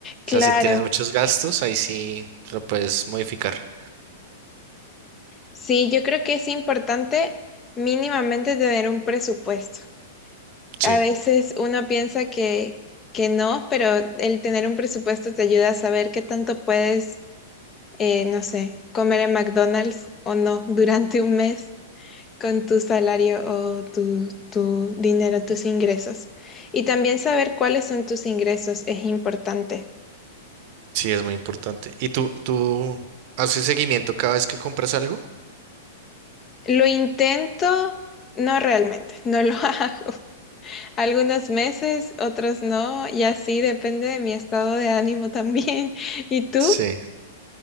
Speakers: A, on the left; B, on the right.
A: Claro,
B: sea, si tienes muchos gastos, ahí sí lo puedes modificar.
A: sí, yo creo que es importante mínimamente tener un presupuesto.
B: Sí,
A: A veces uno piensa que, que no, pero el tener un presupuesto te ayuda a saber qué tanto puedes, eh, no sé, comer en McDonald's o no durante un mes con tu salario o tu, tu dinero, tus ingresos. Y también saber cuáles son tus ingresos es importante.
B: sí, es muy importante. ¿Y tú, tú haces seguimiento cada vez que compras algo?
A: Lo intento, no realmente, no lo <laughs> hago. Algunos meses, otros no, y así depende de mi estado de ánimo también. <laughs> ¿Y tú?
B: Sí.